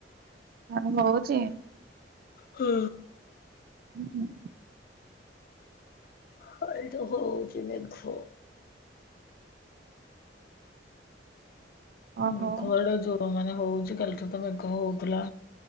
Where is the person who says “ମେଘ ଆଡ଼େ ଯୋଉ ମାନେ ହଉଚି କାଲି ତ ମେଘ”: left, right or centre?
Left